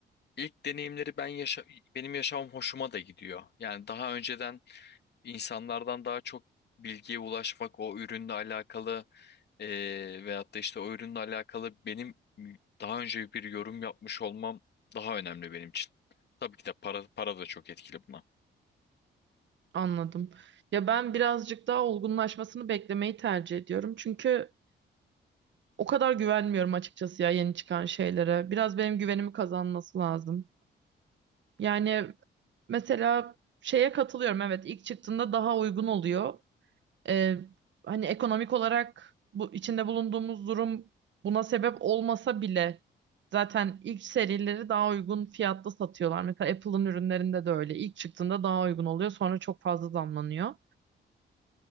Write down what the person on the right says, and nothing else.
Anladım. Ya ben birazcık daha olgunlaşmasını beklemeyi tercih ediyorum. Çünkü O kadar güvenmiyorum açıkçası ya yeni çıkan şeylere. Biraz benim güvenimi kazanması lazım. Yani mesela şeye katılıyorum evet ilk çıktığında daha uygun oluyor. Ee, hani ekonomik olarak bu içinde bulunduğumuz durum buna sebep olmasa bile zaten ilk serileri daha uygun fiyatlı satıyorlar. Mesela Apple'ın ürünlerinde de öyle. İlk çıktığında daha uygun oluyor sonra çok fazla zamlanıyor.